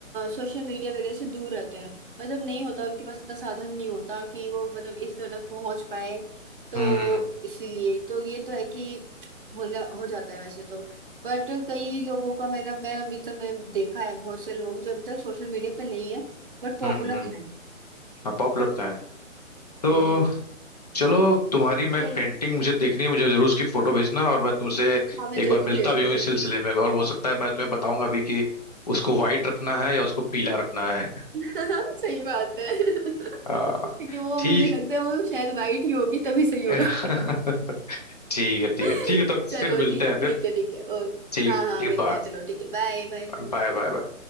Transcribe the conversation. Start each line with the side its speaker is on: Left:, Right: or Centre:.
Right: सोशल मीडिया वगैरह से दूर रहते हैं मतलब नहीं होता उनके पास इतना साधन नहीं होता कि वो मतलब इस दर तक पहुंच पाए तो
Left: हम्म
Right: इसीलिए तो ये तो है कि होने हो जाता है वैसे तो बट कई लोगों का मेरा मैं अभी तक मैं देखा है बहुत से लोग जो अभी तक सोशल मीडिया पे नहीं है बट पॉपुलर
Left: हम्म हम्म
Right: है
Left: हाँ पॉपुलर तो है तो
Right: हम्म
Left: चलो तुम्हारी मैं
Right: चलो
Left: पेंटिंग मुझे देखनी है मुझे जरूर उसकी फोटो भेजना और मैं तुमसे
Right: हाँ मैं
Left: एक
Right: जरूर
Left: बार मिलता
Right: भेजूंगी
Left: भी हूँ इस सिलसिले में और हो सकता है मैं तुम्हें बताऊंगा भी कि उसको व्हाइट रखना है या उसको पीला रखना है
Right: <laughs> सही बात है <laughs> क्योंकि
Left: आ,
Right: वो
Left: ठीक
Right: मुझे लगता है वो शायद वाइट ही होगी तभी सही होगा
Left: <laughs> ठीक है ठीक
Right: <laughs>
Left: है ठीक है तब
Right: चलो
Left: फिर मिलते
Right: ठीक
Left: हैं फिर
Right: ठीक है ठीक है और
Left: ठीक
Right: हाँ हाँ
Left: ठीक
Right: मिलते
Left: बाय
Right: हैं चलो ठीक है बाय बाय बाय
Left: Bye bye bye